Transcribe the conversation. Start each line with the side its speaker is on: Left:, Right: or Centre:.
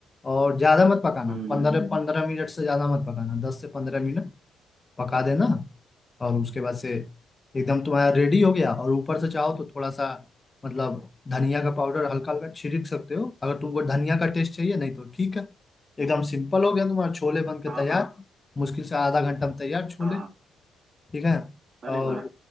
Left: और ज़्यादा मत पकाना
Right: हम्म, हम्म।
Left: पंद्रह पंद्रह मिनट से ज़्यादा मत पकाना दस से पंद्रह मिनट पका देना और उसके बाद से एकदम तुम्हारा रेडी हो गया और ऊपर से चाहो तो थोड़ा सा मतलब धनिया का पाउडर हल्का हल्का छिड़क सकते हो अगर तुमको धनिया का टेस्ट चाहिए नहीं तो ठीक है एकदम सिंपल हो गया तुम्हारा छोले बन के
Right: हाँ
Left: तैयार
Right: हाँ
Left: मुश्किल से आधा घंटा में तैयार छोले
Right: हाँ
Left: ठीक है
Right: अरे
Left: और
Right: वाह